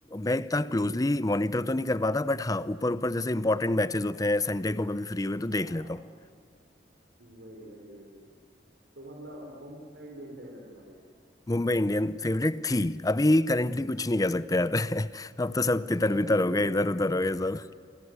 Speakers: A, on the left (about 20°); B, on the right (about 90°).
A: मैं
B: वही
A: इतना क्लोजली मॉनिटर तो नहीं कर पाता बट हाँ ऊपर ऊपर जैसे इंपॉर्टेंट मैचेस होते हैं संडे को कभी फ्री हुए
B: हाँ
A: तो देख लेता हूँ।
B: वही वही वही तो मतलब मुंबई इंडियन फेवरेट तुम्हारी
A: मुंबई इंडियन फेवरेट थी अभी करंटली कुछ नहीं कह सकते यार <laughs> अब तो सब
B: अच्छा
A: तितर
B: अभी
A: बितर
B: कुछ
A: हो
B: नहीं
A: गए इधर उधर
B: जिसका
A: हो गए सब